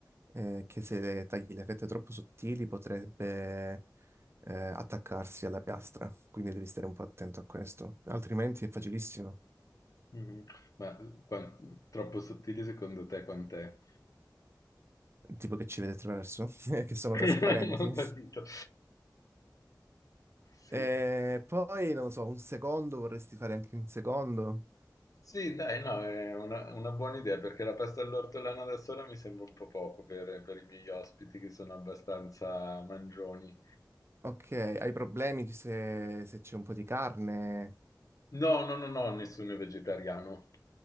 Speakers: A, on the right; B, on the left.
A: è che se tagli le fette troppo sottili potrebbe eh, attaccarsi alla piastra, quindi devi stare un po' attento a questo, altrimenti è facilissimo,
B: Mm. Ma quan- troppo sottile secondo te quant'è?
A: tipo che ci vede attraverso, <laughs> che sono
B: <laughs>
A: trasparenti.
B: Ho capito. Sì.
A: E poi, non lo so, un secondo vorresti fare anche un secondo?
B: Sì, dai, no, è una, una buona idea perché la pasta all'ortolano da sola mi sembra un po' poco per, per i miei ospiti che sono abbastanza mangioni.
A: Ok, hai problemi se se c'è un po' di carne?
B: No, no, no, no, nessuno è vegetariano.